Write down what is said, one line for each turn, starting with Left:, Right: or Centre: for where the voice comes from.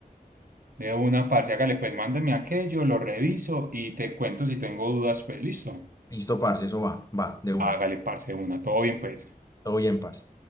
Right: De una, parce. Hágale, pues mándame aquello, lo reviso y te cuento si tengo dudas, pues listo.
Left: Listo, parce, eso va, va, de una.
Right: Hágale, parce, de una. Todo bien, pues.
Left: Todo bien, parce.